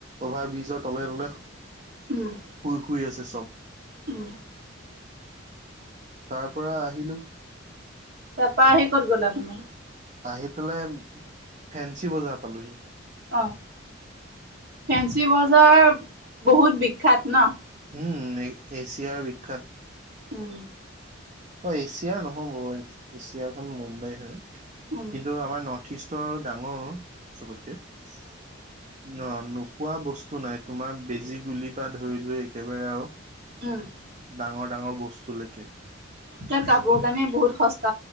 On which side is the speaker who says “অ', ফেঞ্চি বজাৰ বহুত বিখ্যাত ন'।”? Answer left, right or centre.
Right